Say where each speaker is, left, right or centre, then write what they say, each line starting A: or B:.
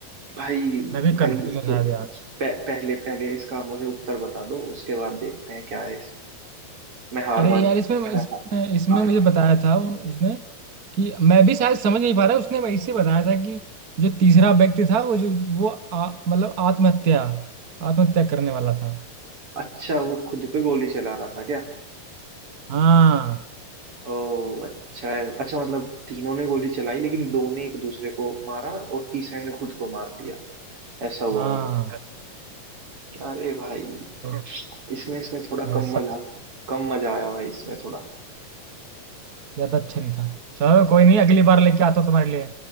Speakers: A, on the right; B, on the right.
A: भाई
B: मैं भी
A: भाई
B: कंफ्यूज हूँ शायद
A: तो पह,
B: यार
A: पहले पहले इसका मुझे उत्तर बता दो उसके बाद देखते हैं क्या है इसमें मैं हार
B: अरे
A: मान
B: यार
A: जाऊंगा
B: इसमें इसमें,
A: मैं हार
B: इसमें
A: हाँ
B: मुझे बताया था उन- उसने कि मैं भी शायद समझ नहीं पा रहा उसने वैसे बताया था कि जो तीसरा व्यक्ति था वो जो वो आ- मतलब आत्महत्या आत्महत्या करने वाला था
A: अच्छा वो खुद पे गोली चला रहा था क्या
B: हाँ
A: ओ अच्छा है अच्छा मतलब तीनों ने गोली चलाई लेकिन दो ने एक दूसरे को मारा और तीसरे ने खुद को मार दिया ऐसा हुआ
B: हाँ
A: होगा अरे भाई
B: तो
A: इसमें इसमें थोड़ा कम
B: ऐसा
A: मजा कम मजा आया भाई इसमें थोड़ा
B: ज्यादा अच्छा नहीं था चलो कोई नहीं अगली बार लेके आता हूँ तुम्हारे लिए